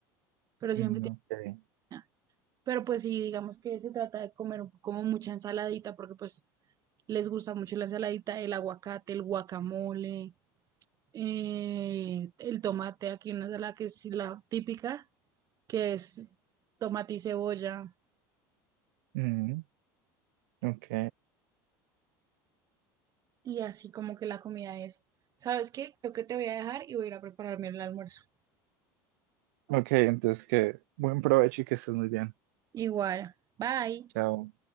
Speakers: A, on the right; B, on the right.
A: pero siempre
B: Mm,
A: tiene
B: ok.
A: que estar. Pero pues sí, digamos que se trata de comer como mucha ensaladita, porque pues les gusta mucho la ensaladita, el aguacate, el guacamole, eh, el tomate, aquí una de las que es la típica, que es tomate y cebolla,
B: Mm, ok.
A: y así como que la comida es. ¿Sabes qué? Creo que te voy a dejar y voy a ir a prepararme el almuerzo.
B: Ok, entonces que buen provecho y que estés muy bien.
A: Igual, bye.
B: Chao.